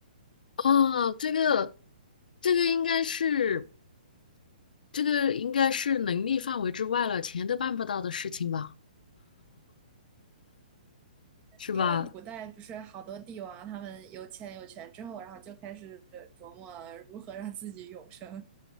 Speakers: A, on the left; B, on the right.
A: 啊，这个这个应该是这个应该是能力范围之外了，钱都办不到的事情吧，是吧？
B: 因为古代不是好多帝王，他们有钱有权之后，然后就开始琢磨如何让自己永生。